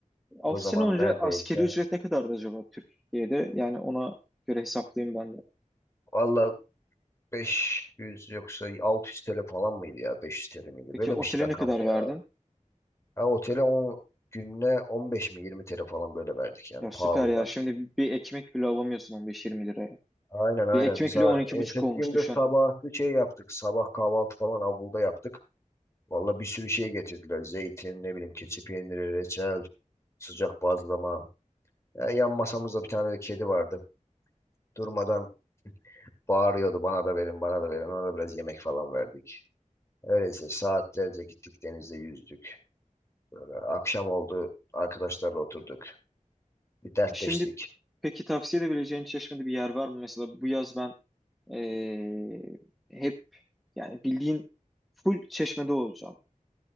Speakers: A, in the centre; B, on the left.
A: 6
B: O zaman
A: sene önce
B: neredeyse.
A: askeri ücret ne kadardı acaba Türkiye'de? Yani ona göre hesaplayayım ben de.
B: Valla 500 yoksa 600 TL falan mıydı ya? 500 TL miydi?
A: Peki
B: Böyle
A: otele
B: bir şey rakamdı
A: ne kadar
B: ya.
A: verdin?
B: Ha otele 10 gününe 15 mi 20 TL falan böyle verdik yani.
A: Ya süper
B: Pahalıydı
A: ya.
B: aslında.
A: Şimdi bir ekmek bile alamıyorsun on beş yirmi liraya.
B: Aynen aynen.
A: Bir ekmek
B: Biz
A: bile
B: ha-
A: on iki buçuk
B: ertesi
A: olmuş
B: günde
A: düşün.
B: sabahı şey yaptık. Sabah kahvaltı falan avluda yaptık. Valla bir sürü şey getirdiler. Zeytin, ne bileyim keçi peyniri, reçel, sıcak bazlama. Ya, yan masamızda bir tane de kedi vardı. Durmadan bağırıyordu bana da verin bana da verin. Ona da biraz yemek falan verdik. Öyleyse saatlerce gittik denizde yüzdük. Akşam oldu. Arkadaşlarla oturduk. Bir dertleştik.
A: Şimdi peki tavsiye edebileceğin Çeşme'de bir yer var mı? Mesela bu yaz ben eee, hep yani bildiğin full Çeşme'de olacağım.